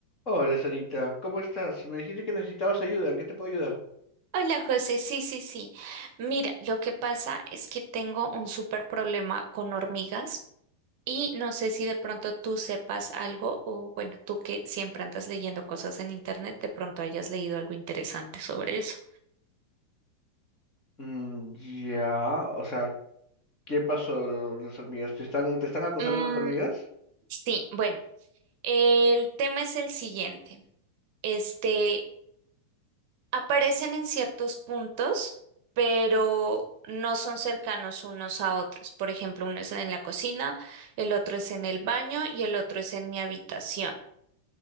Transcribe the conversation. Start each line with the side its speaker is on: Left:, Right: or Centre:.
Left: Hola, Sarita, ¿cómo estás? Me dijiste que necesitabas ayuda, ¿en qué te puedo ayudar?
Right: Hola José, sí, sí, sí. Mira, lo que pasa es que tengo un súper problema con hormigas y no sé si de pronto tú sepas algo o bueno, tú que siempre andas leyendo cosas en internet, de pronto hayas leído algo interesante sobre eso.
Left: Mm, ya, o sea, ¿qué pasó las hormigas? ¿Te están, te están acosando
Right: Mm,
Left: las hormigas?
Right: sí, bueno, el tema es el siguiente. Este, Aparecen en ciertos puntos, pero no son cercanos unos a otros. Por ejemplo, uno es en la cocina, el otro es en el baño y el otro es en mi habitación.